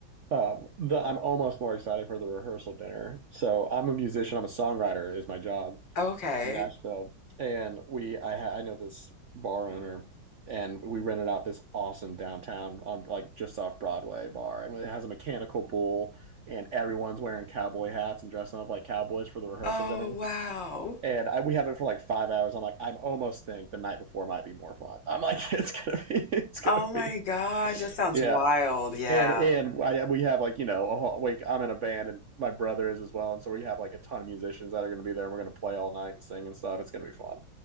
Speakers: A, on the right; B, on the left.
A: Uh, the, I'm almost more excited for the rehearsal dinner. So I'm a musician. I'm a songwriter is my job.
B: <laughs> Okay.
A: in Nashville, and we I ha I know this bar owner, and we rented out this awesome downtown on like just off Broadway bar, and it has a mechanical bull, and everyone's wearing cowboy hats and dressing up like cowboys for the rehearsal
B: Oh,
A: dinner.
B: wow.
A: And I, we have it for like five hours. I'm like, i almost think the night before might be more fun. I'm like, <laughs> it's gonna be, <laughs> it's gonna
B: Oh my
A: be,
B: gosh, that sounds
A: yeah.
B: wild. Yeah.
A: And and I, we have like you know a whole like I'm in a band and my brother is as well, and so we have like a ton of musicians that are gonna be there. and We're gonna play all night and sing and stuff. It's gonna be fun.